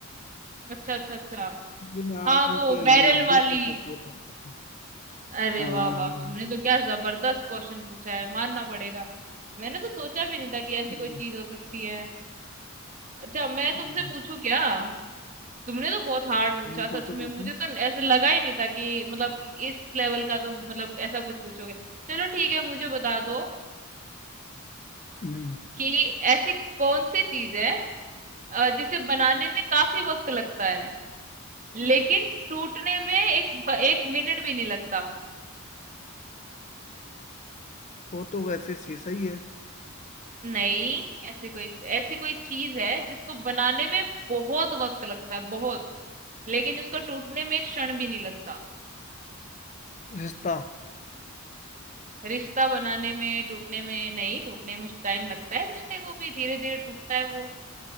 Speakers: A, on the right (about 35°); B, on the left (about 35°).
A: अच्छा अच्छा अच्छा
B: बिना
A: हाँ
B: आंखों
A: वो
B: के हूं
A: बैरल
B: अंधी
A: वाली
B: पर सबको रास्ता है।
A: अरे
B: हाँ
A: वाह
B: हाँ,
A: वाह
B: हाँ।
A: तुमने तो क्या जबरदस्त क्वेश्चन पूछा है मानना पड़ेगा मैंने तो सोचा भी नहीं था कि ऐसी
B: हम्म,
A: कोई चीज हो सकती है अच्छा मैं तुमसे
B: हम्म,
A: पूछूं क्या तुमने तो बहुत हार्ड पूछा
B: हम्म, पूछो
A: सच
B: पूछो
A: में मुझे तो ऐसे लगा ही नहीं था कि मतलब इस लेवल का तुम मतलब ऐसा कुछ पूछोगे चलो ठीक है मुझे बता दो
B: हम्म,
A: कि ऐसी कौन सी चीज है अ, जिसे बनाने में काफी वक्त लगता है लेकिन टूटने में एक एक मिनट भी नहीं लगता
B: वो तो वैसे से सही है
A: नहीं ऐसी कोई ऐसी कोई चीज है जिसको बनाने में बहुत वक्त लगता है बहुत लेकिन इसको टूटने में एक क्षण भी नहीं लगता
B: रिश्ता
A: रिश्ता बनाने में टूटने में नहीं टूटने में टाइम लगता है रिश्ते को भी धीरे धीरे टूटता है वो